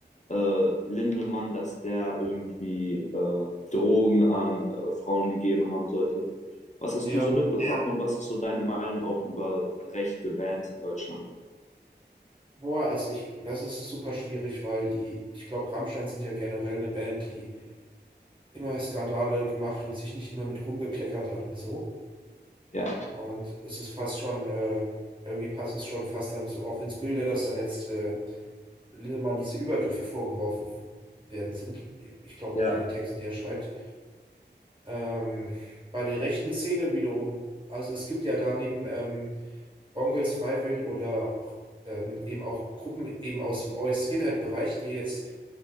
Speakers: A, on the left; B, on the right.
A: äh, Lindemann, dass der irgendwie äh, Drogen an äh, Frauen gegeben haben sollte. Was hast
B: ja.
A: du so mitbekommen ja. und was ist so deine Meinung auch über rechte Bands in Deutschland?
B: Boah, also ich, das ist super schwierig, weil die, ich glaube, Rammstein sind ja generell eine Band, die immer Skandale gemacht und sich nicht immer mit rumbekleckert hat und so.
A: Ja.
B: Und es ist fast schon, äh, irgendwie passt es schon fast dann so auch ins Bilde, dass dann jetzt äh, Lindemann diese Übergriffe vorgeworfen w- werden sind. Ich glaube
A: Ja,
B: auch bei den Texten, die er schreibt. Ähm, bei der rechten Szene wiederum, also es gibt ja daneben, ähm, Onkels Freiwild oder auch, ähm, eben auch Gruppen eben aus dem Oi Skinhead-Bereich, die jetzt